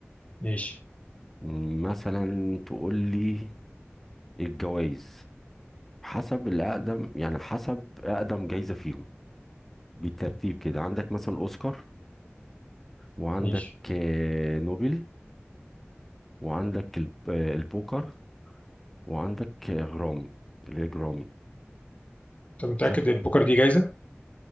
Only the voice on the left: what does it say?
ماشي
ماشي
انت متأكد
ان بكرة دي جايزة؟